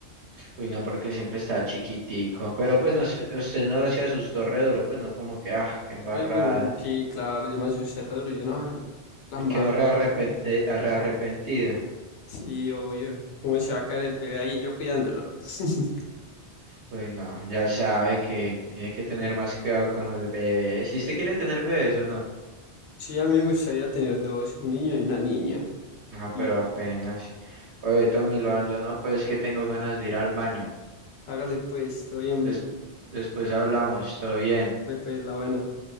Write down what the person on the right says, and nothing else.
Uy, no, porque siempre estaba chiquitico. Pero pues no, se- usted no se asustó re duro, pues no como que, ah, qué embarrada.
Y
quedó re, arrepente-
re arrepentido.
Uy, no, ya sabe que tiene que tener más cuidado con los bebés. Si usted quiere tener bebés o no.
Ah,
pero apenas.
Oye, Tommy, lo ando, no, pues que tengo ganas de ir al baño.
Des- después hablamos, todo bien.